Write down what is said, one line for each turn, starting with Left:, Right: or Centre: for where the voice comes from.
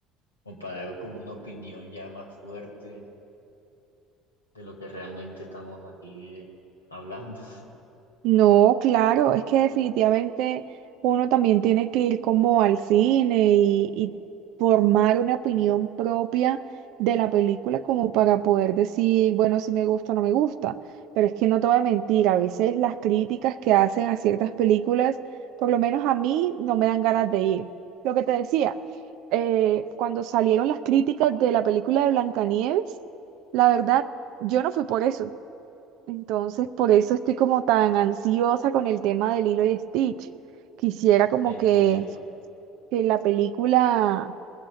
Left: comparado con una opinión ya más fuerte de lo que realmente estamos aquí hablando. <laughs>
Right: No, claro, es que definitivamente uno también tiene que ir como al cine y, y formar una opinión propia de la película como para poder decir, bueno, si me gusta o no me gusta. Pero es que no te voy a mentir, a veces las críticas que hacen a ciertas películas, por lo menos a mí, no me dan ganas de ir. Lo que te decía, eh, cuando salieron las críticas de la película de Blancanieves, la verdad, yo no fui por eso, entonces, por eso estoy como tan ansiosa con el tema de Lilo y Stitch. Quisiera como
Left: Entiendo.
Right: que, que la película